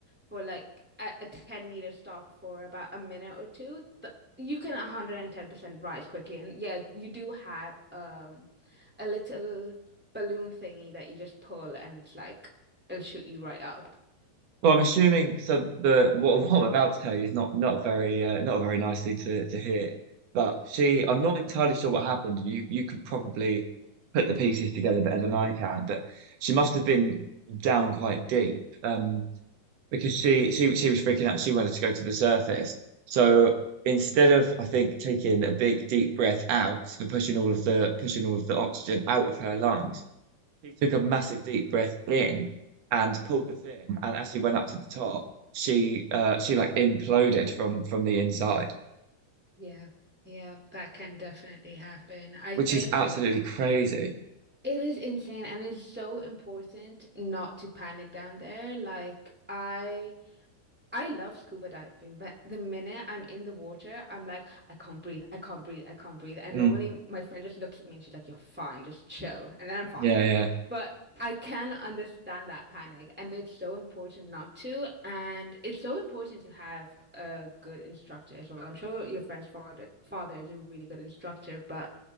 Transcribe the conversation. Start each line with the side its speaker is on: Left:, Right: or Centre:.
Centre: for like a, a 10 meter stop for about a minute or two, th you can 110% rise quickly. And yeah, you do have um a little balloon thingy that you just pull and it's like it'll shoot you right up.
Right: Well, I'm assuming so. The what, <laughs> what I'm about to tell you is not not very uh, not very nicely to to hear. But she, I'm not entirely sure what happened. You you could probably put the pieces together better than I can. But she must have been down quite deep, um, because she she she was freaking out. She wanted to go to the surface. So instead of I think taking a big deep breath out and pushing all of the pushing all of the oxygen out of her lungs, she took a massive deep breath in and pulled the thing. And as she went up to the top, she uh she like imploded from from the inside,
Centre: Yeah. Yeah, that can definitely happen. I
Right: which
Centre: think
Right: is absolutely crazy.
Centre: It is insane and it's so important not to panic down there. Like I I love scuba diving, but the minute I'm in the water, I'm like, I can't breathe, I can't breathe, I can't breathe. And
Right: Mm,
Centre: normally my friend just looks at me and she's like, You're fine, just chill. And then I'm fine.
Right: yeah, yeah,
Centre: But I can understand that panic. And it's so important not to. And it's so important to have a good instructor as well. I'm sure your friend's father father is a really good instructor, but